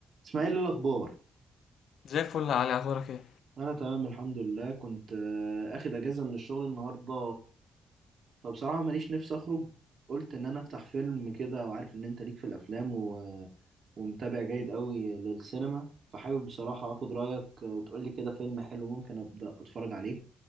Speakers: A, on the right; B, on the left.
A: اسماعيل إيه الاخبار
B: زي الفل يا علي اخبارك ايه
A: انا تمام الحمد لله كنت آه، اخد اجازه من الشغل النهارده فبصراحه ماليش نفسي اخرج قلت ان انا افتح فيلم كده وعارف ان انت ليك في الافلام و... ومتابع جيد قوي للسينما فحابب بصراحه اخد رايك وتقولي كده فيلم حلو ممكن ابدا اتفرج عليه